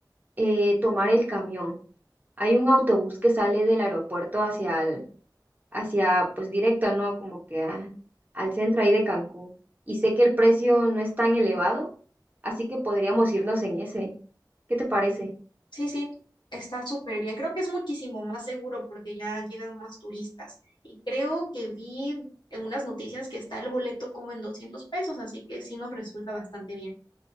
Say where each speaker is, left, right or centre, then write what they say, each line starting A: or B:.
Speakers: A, on the right (about 25°); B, on the left (about 80°).
A: eh, tomar el camión. Hay un autobús que sale del aeropuerto hacia hacia, pues directo, ¿no? Como que a- al centro ahí de Cancún. Y sé que el precio no es tan elevado, así que podríamos irnos en ese. ¿Qué te parece?
B: Sí, sí, está súper bien. Creo que es muchísimo más seguro porque ya llegan más turistas y creo que vi en unas noticias que está el boleto como en 200 pesos, así que sí nos resulta bastante bien.